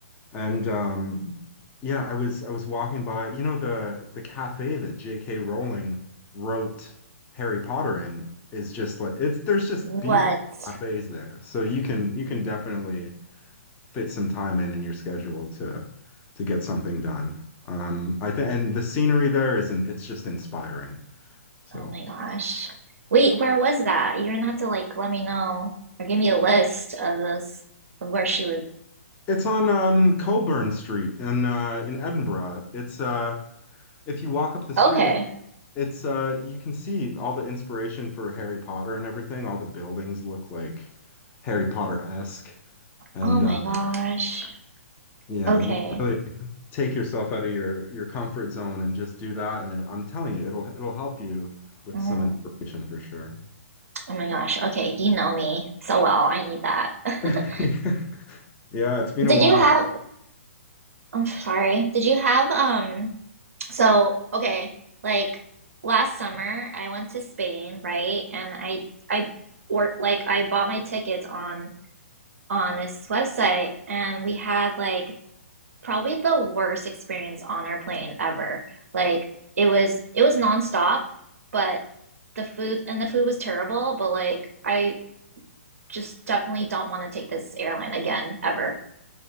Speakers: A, on the left; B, on the right.
A: and um yeah, I was I was walking by, you know, the the cafe that J.K. Rowling wrote Harry Potter in is just like it's there's just
B: what?
A: beautiful cafes there. So you can you can definitely fit some time in in your schedule to to get something done. Um I think and the scenery there is in, it's just inspiring. So
B: Oh my gosh. Wait, where was that? You're gonna have to like let me know or give me a list of those of where she was.
A: It's on um, Coburn Street in uh, in Edinburgh. It's uh, if you walk up the street,
B: Okay.
A: it, it's uh, you can see all the inspiration for Harry Potter and everything. All the buildings look like Harry Potter-esque, and
B: Oh my
A: uh,
B: gosh.
A: yeah,
B: Okay.
A: you can really take yourself out of your your comfort zone and just do that. And it, I'm telling you, it'll it'll help you with
B: Mm.
A: some inspiration for sure.
B: Oh my gosh. Okay, you know me so well. I need that. <laughs>
A: <laughs> Yeah, it's been
B: Did
A: a while.
B: you have? I'm sorry. Did you have um so okay, like last summer I went to Spain, right? And I I or like I bought my tickets on on this website and we had like probably the worst experience on our plane ever. Like it was it was nonstop, but the food and the food was terrible, but like I just definitely don't want to take this airline again ever.